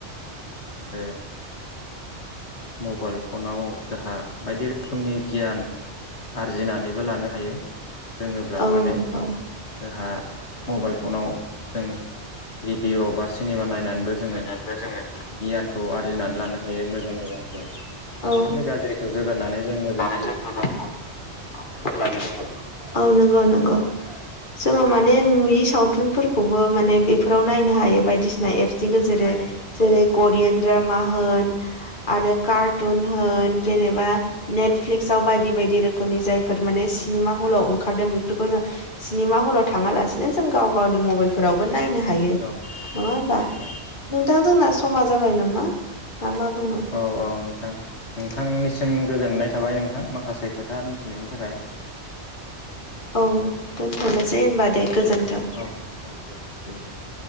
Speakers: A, on the left (about 75°); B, on the left (about 45°).
A: आरो मबाइल फनाव जाहा बायदि रोखोमनि गियान आरजिनानैबो लानो हायो रोङोब्ला
B: औ
A: माने
B: नंगौ
A: जाहा मबाइल फनाव जों भिडिअ' बा सि सिनेमा नायनानैबो जोङो
B: बा जोङो
A: गियानखौ आरजिनानै लानो हायो मोजां मोजांखौ माने
B: औ
A: गाज्रिखौ जोगारनानै जों मोजां
B: औ नंगौ नंगौ। जोङो माने नुयि सावथुनफोरखौबो माने बेफोराव नायनो
A: औ
B: हायो बायदिसि सिना एप्सनि गेजेरै।
A: हायो
B: जेरै करियान द्रामा होन आरो कारटुन होन जेनेबा
A: औ
B: नेटफ्लिक्सआव बायदि बायदि रोखोमनि जायफोर माने सिनेमा हलाव ओंखारदों बेफोरखौ जों सिनेमा हलाव थाङालासिनो जों गाव गावनि मबाइलफोरावबो नायनो हायो।
A: औ
B: नङा होनबा
A: हायो औ
B: नोंथां जोंना समा जाबाय नामा ना मा बुंङो?
A: औ औ नोंथां नोंथांनिसिम गोजोननाय थाबाय नोंथां माखासे खोथा मिथिनायनि थाखाय।
B: औ दोनथ'नोसै होनबा दे गोजोन्थों।
A: औ औ दे गोजोन्थों।